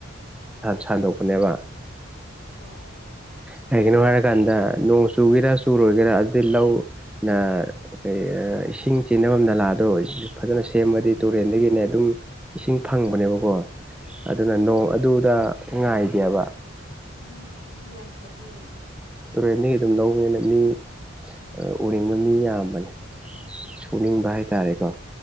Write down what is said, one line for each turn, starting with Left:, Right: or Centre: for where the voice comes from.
Centre: ꯁꯟꯗꯣꯛꯄꯅꯦꯕ꯫
Left: ꯑꯣ ꯑꯣ꯫
Centre: ꯀꯩꯒꯤꯅꯣ ꯍꯥꯏꯔꯀꯥꯟꯗ ꯅꯣꯡ ꯆꯨꯒꯦꯔꯥ ꯁꯨꯔꯣꯏꯒꯦꯔꯥ ꯑꯗꯨꯗꯤ ꯂꯧ ꯅ ꯀꯔꯤ ꯏꯁꯤꯡ ꯆꯦꯟꯅꯐꯝ ꯅꯂꯥꯗꯣ꯫ ꯐꯖꯅ ꯁꯦꯝꯃꯗꯤ
Left: ꯎꯝ
Centre: ꯇꯨꯔꯦꯟꯗꯒꯤꯅꯦ ꯑꯗꯨꯝ ꯏꯁꯤꯡ ꯐꯪꯕꯅꯦꯕꯀꯣ꯫ ꯑꯗꯨꯅ
Left: ꯎꯝ
Centre: ꯅꯣꯡ ꯑꯗꯨꯗ ꯉꯥꯏꯗꯦꯕ
Left: ꯎꯝ ꯌꯥꯝ ꯐꯩꯅꯦ
Centre: ꯇꯨꯔꯦꯟꯗꯒꯤ ꯑꯗꯨꯝ ꯂꯧꯕꯅꯤꯅ ꯃꯤ ꯑ ꯎꯍꯤꯡꯕ ꯃꯤ ꯌꯥꯝꯕꯅꯤ ꯁꯨꯅꯤꯡꯕ ꯍꯥꯏꯇꯥꯔꯦꯀꯣ